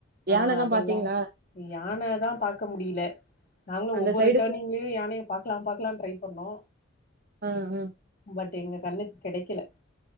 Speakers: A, on the right; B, on the left.
A: யானல்லா
B: ஆ அதெல்லா
A: பாத்தீங்களா
B: யான தா பாக்க முடியில நாங்களு
A: அந்த
B: ஒவ்வொரு
A: சைடு
B: டர்னிங்லயு
A: ஃபு
B: யானைய பாக்கலா பாக்கலா ட்ரை பண்ணோ
A: ஆ ஆ
B: பட் எங்க கண்ணுக்கு கெடைக்கில